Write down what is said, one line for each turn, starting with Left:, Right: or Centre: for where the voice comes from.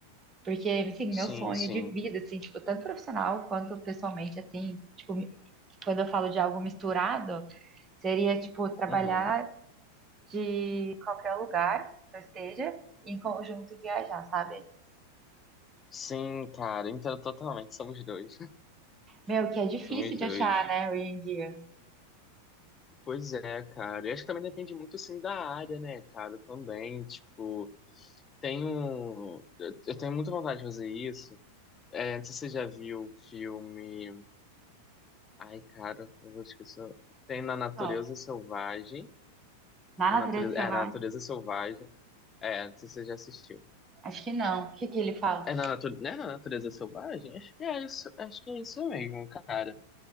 Right: Porque, assim,
Left: Sim,
Right: meu sonho
Left: sim.
Right: de vida, assim, tipo, tanto profissional quanto pessoalmente, assim, tipo, mi- quando eu falo de algo misturado, seria, tipo, trabalhar
Left: Uhum.
Right: de qualquer lugar que eu esteja, e em conjunto viajar, sabe?
Left: Sim, cara, entendo totalmente. Somos dois.
Right: Meu,
Left: <laughs>
Right: que é difícil
Left: Somos
Right: de
Left: dois.
Right: achar, né, hoje em dia.
Left: Pois é, cara. E acho que também depende muito, assim, da área, né, cara? Também, tipo, tenho... Eu eu tenho muita vontade de fazer isso. É, não sei se você já viu o filme... Ai, cara, eu vou esquecer. Tem Na Natureza
Right: Ó,
Left: Selvagem.
Right: na
Left: Na
Right: natureza
Left: Natureza...
Right: selvagem?
Left: É, Na Natureza Selvagem. É, não sei se você já assistiu.
Right: Acho que não. O que que ele fala?
Left: É na natureza, não é na natureza selvagem? Acho que é isso, acho que é isso mesmo, cara.